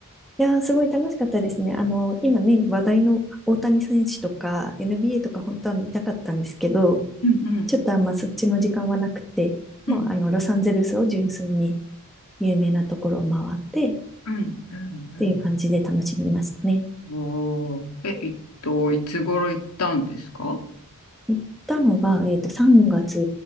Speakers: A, in the centre; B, on the left.
A: やー、すごい楽しかったですね。あの、今ね、話題の大谷選手とか NBA とか本当は見たかったんですけど、
B: うんうん。
A: ちょっとあんまそっちの時間はなくて、
B: うんうん。
A: もうあの、ロサンゼルスを純粋に有名なところを回って、
B: うんうんうん
A: っていう感じで楽しみましたね。
B: うん。おー。え、えっと、いつ頃行ったんですか
A: 行ったのが、えっと、3月